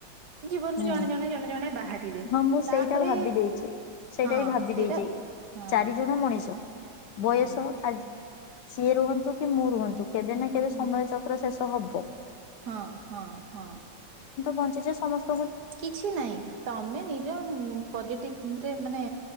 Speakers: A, on the right; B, on the left.
A: ଜୀବନରୁ
B: ହୁଁ।
A: ଜଣେ ଜଣେ ଜଣେ ଜଣେ ବାହାରିବେ।
B: ହଁ ମୁଁ ସେଇଟା
A: ତାପରେ
B: ଭାବି ଦେଇଛି ସେଇଟା
A: ହଁ
B: ବି ଭାବି
A: ସେଇଟା
B: ଦେଇଛି।
A: ହଁ।
B: ଚାରି ଜଣ ମଣିଷ ବୟସ
A: ହଁ
B: ଆଜି ସିଏ ରୁହନ୍ତୁ କି ମୁଁ ରୁହନ୍ତୁ କେବେ ନା କେବେ
A: ହଁ
B: ସମୟ ଚକ୍ର ଶେଷ ହବ।
A: ହଁ, ହଁ, ହଁ।
B: ବଞ୍ଚିଛ ସମସ୍ତେ
A: କିଛି ନାହିଁ। ତମେ ନିଜ ପଜିଟିଭ ମାନେ